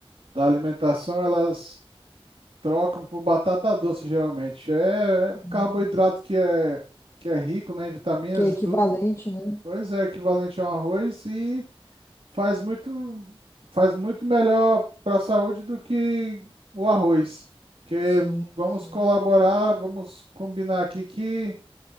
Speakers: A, on the right; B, on the left.
A: da alimentação, elas trocam por batata doce, geralmente. É, é
B: Hum.
A: carboidrato que é, que é rico, né, em vitaminas
B: Que é equivalente,
A: e tudo.
B: né?
A: Pois é, equivalente a um arroz e Faz muito, faz muito melhor para a saúde do que o arroz. Porque
B: Sim,
A: vamos
B: sim.
A: colaborar, vamos combinar aqui que